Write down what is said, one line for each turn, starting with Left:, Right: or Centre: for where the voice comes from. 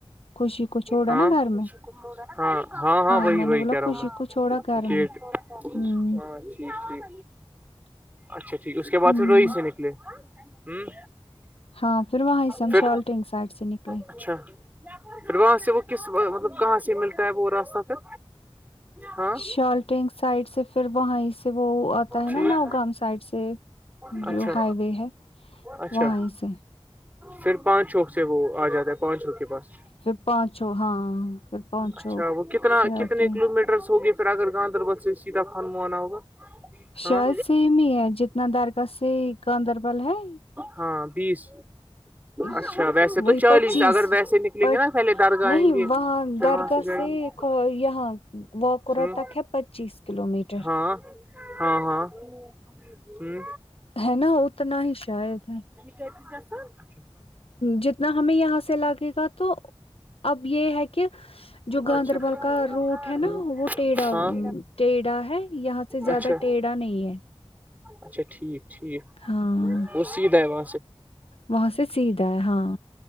Left: خوشی کو چھوڑا
Right: ہاں
Left: نا گھر میں
Right: ہاں ہاں ہاں وہی
Left: میں
Right: وہی
Left: نے بولا
Right: کہہ رہا
Left: خوشی
Right: ہوں
Left: کو چھوڑا گھر
Right: میں گیٹ
Left: ہوں
Right: ہاں ٹھیک ٹھیک اچھا ٹھیک اس کے بعد
Left: ہوں
Right: پھر روئی سے نکلے ہ
Left: ہاں پھر وہاں سے ہم
Right: پھر
Left: شالٹینگ سائڈ سے نکلے
Right: اچھا پھر وہاں سے وہ کس مطلب کہاں سے ملتا ہے وہ راستہ پھر ہاں
Left: شالٹینگ سائڈ سے پھر وہیں سے وہ آتا ہے
Right: ٹھیک
Left: نا نوگام سائڈ سے
Right: اچھا
Left: جو ہائی وے ہے
Right: اچھا
Left: وہاں سے
Right: پھر پانچ چوک سے وہ آ جاتا ہے پہنچ ر کے بس
Left: پھر پانچوں ہاں پھر پانچوں
Right: اچھا وہ کتنا
Left: سے
Right: کتنے
Left: آتے ہیں
Right: کلو میٹرس ہوگے ھر اگر گاندربل سے سیدھا کان موانا ہوگا
Left: شہد
Right: ہاں
Left: سیم ہی ہے جتنا دار کا سے گاندربل ہے
Right: ہاں بیس اچھا
Left: ش-
Right: ویسے تو
Left: وہی
Right: چالیس
Left: پچیس
Right: اگر ویسے نکلیں
Left: پچ
Right: گے نا پہلے درگاہ
Left: نہیں
Right: آئیں گے
Left: وہاں
Right: پھر
Left: درگاہ
Right: وہاں سے جائیں گے
Left: یہاں وکرا
Right: ہ
Left: تک ہے پچیس کلو میٹر
Right: ہاں ہاں ہاں ہوں
Left: ہے نا اتنا ہی شاید ہے
Right: کتس گس <inaudible>
Left: جتنا ہمیں یہاں سے لگے گا تو اب یہ ہے کہ جو گاندربل
Right: اچھا
Left: کا روٹ ہے نا وہ ٹیھا
Right: ہاں
Left: ٹیھا ہے یہاں سے
Right: اچھا
Left: زیادہ ٹیڑھا نہیں ہے
Right: اچھا ٹھیک ٹھیک
Left: ہاں
Right: وہ سیدھا ہے وہ
Left: وہاں سے سیدھا ہے ہاں